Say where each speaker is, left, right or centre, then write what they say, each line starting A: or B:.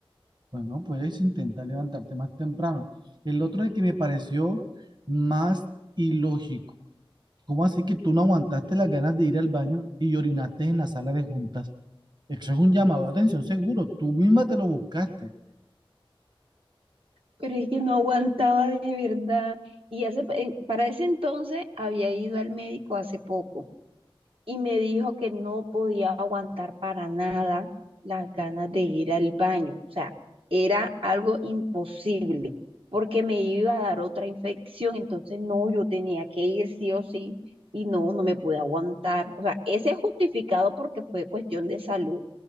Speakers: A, on the right (about 50°); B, on the right (about 75°).
A: Bueno, puedes intentar levantarte más temprano. El otro es que me pareció más ilógico. ¿Cómo así que tú no aguantaste las ganas de ir al baño y orinaste en la sala de juntas? Eso es un llamado de atención seguro. Tú misma te lo buscaste.
B: pero es que no aguantaba de verdad. Y hace, en- para ese entonces había ido al médico hace poco y me dijo que no podía aguantar para nada las ganas de ir al baño. O sea, era algo imposible porque me iba a dar otra infección, entonces no, yo tenía que ir sí o sí y no, no me pude aguantar. O sea, ese es justificado porque fue cuestión de salud